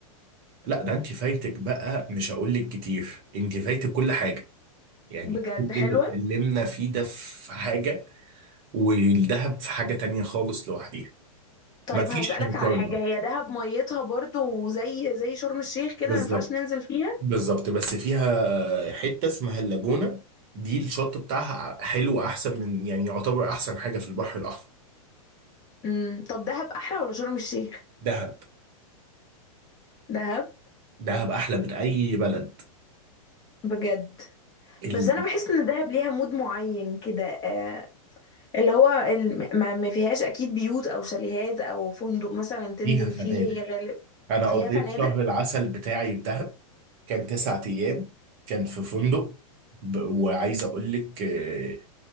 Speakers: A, on the right; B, on the left.
A: لا ده انت فايتك بقى مش هقول لك كتير انت فايتك كل حاجه يعني
B: بجد
A: كل
B: حلوه
A: اللي اتكلمنا فيه ده في حاجه والدهب في حاجه تانية خالص لوحديها
B: طيب
A: مفيش
B: هسألك
A: مقارنه
B: على حاجة هي دهب ميتها برضو زي زي شرم الشيخ كده
A: بالظبط
B: ما ينفعش ننزل فيها
A: بالظبط بس فيها حتة اسمها اللاجونة دي الشط بتاعها حلو أحسن من يعني يعتبر أحسن حاجة في البحر الأحمر
B: امم طب دهب أحلى ولا شرم الشيخ
A: دهب
B: دهب
A: دهب أحلى من أي بلد
B: بجد
A: ال-
B: بس أنا بحس إن دهب ليها مود معين كده آه اللي هو ال- ما ما فيهاش أكيد بيوت أو شاليهات أو فندق مثلا تنزل
A: فيها فنادق
B: فيه هي غالب
A: أنا
B: فيها
A: قضيت
B: فنادق
A: شهر العسل بتاعي في دهب كان تسعة أيام كان في فندق ب- وعايز أقول لك آه،